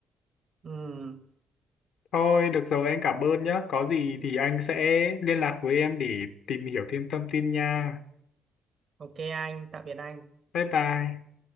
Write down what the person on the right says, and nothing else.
Ừm,
ok anh, tạm biệt anh.